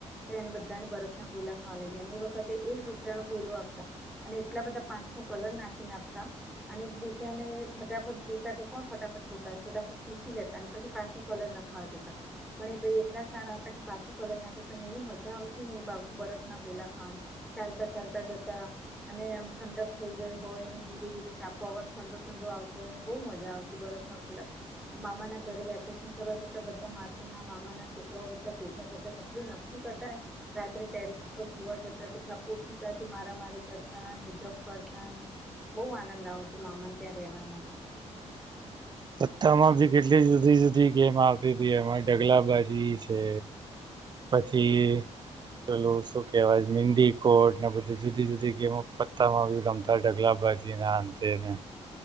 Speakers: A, in the centre; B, on the right.
A: તો એને બ ધા બરફ ના ગોલા ખાવા લય જાય અને એ વખતે એક રૂપિયા નો ગોલો આપતા અને એટલા બધા પાંચસો કલર ના નાપતા અને એક બીજાને ફટાફટ જોતા કે કોણ ફટાફટ ફતા ફટાફટ ચૂસી લેતા અને પછી પાછો કલર ખાવા પણ એ ભય એટલા સારા હતા કે પાછો કલર નાખે પણ એવી મજા આવતી ન બા બરફ ના ગોલા ખાંડ ચાલતા ચાલતા જતા અને એમ ઠંડક થઈ ગઈ હોત. ને ધીરે ધીરે સાપ ઠંડો ઠંડો આવતો હોયને બઉ મજા આવતી બરફ ના ખુલા મામા ના ઘરે વેકેશન કરવા જતા બધા માસી ના મામા ના છોકરાઓ બધા ભેગા થતા ને એટલી મસ્ત કથ રાત્રે ટેરેસ પર સુવા જતા સિકકાથી મારામારી કરતા જપ કરતા બઉ આનંદ આવતો મામાન ત્યાં રહેવામાં.
B: <inaudible> સત્તા માં બી કેટલી જુદી જુદી ગેમ આવતી હતી એમાં ઢગલા બાજી છે. પછી પેલું શું કેવાય મિંડી કોટ ને બધ જુદી જુદી ગેમ પત્તામાં રમતા ઢગલા બીજી નાને